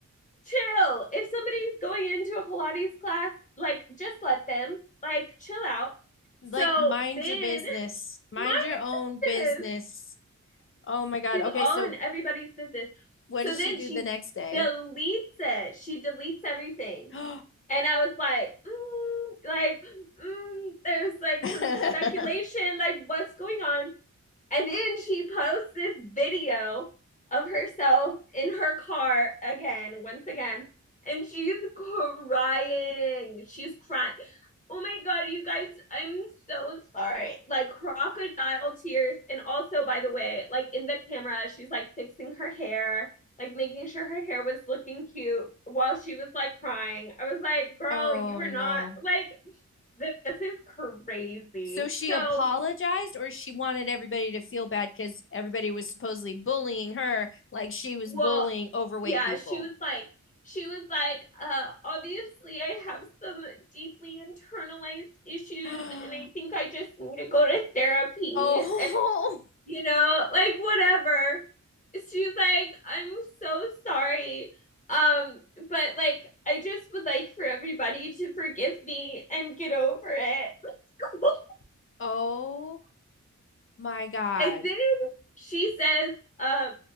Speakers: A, on the left; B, on the left.
A: chill. If somebody's going into a Pilates class, like just let them, like chill out.
B: Like,
A: So
B: mind
A: then,
B: your business.
A: <laughs>
B: Mind
A: mind
B: your own
A: you,
B: business.
A: this,
B: Oh my God.
A: she's
B: Okay,
A: all
B: so
A: in everybody's business.
B: what
A: So
B: does
A: then
B: she do
A: she
B: the next day?
A: deletes it. She deletes everything,
B: <gasps>
A: and I was like, mm, like, mm, there's like
B: <laughs>
A: some speculation, like what's going on. And then she posts this video of herself in her car again, once again, and she's crying. She's crying. Oh my God, you guys, I'm so sorry. Like crocodile tears. And also, by the way, like in the camera, she's like fixing her hair, like making sure her hair was looking cute while she was like crying. I was like, girl,
B: Oh
A: you were
B: no.
A: not like, this, this is crazy.
B: So she
A: So,
B: apologized, or she wanted everybody to feel bad because everybody was supposedly bullying her like she was
A: Well,
B: bullying overweight
A: yeah,
B: people.
A: she was like, she was like, uh, obviously I have some deeply internalized issues
B: <gasps>
A: and I think I just need to go to therapy
B: Oh,
A: and, you know, like whatever. She's like, I'm so sorry. Um, but like I just would like for everybody to forgive me and get over it. <laughs>
B: <laughs> oh my God.
A: And then she says, uh,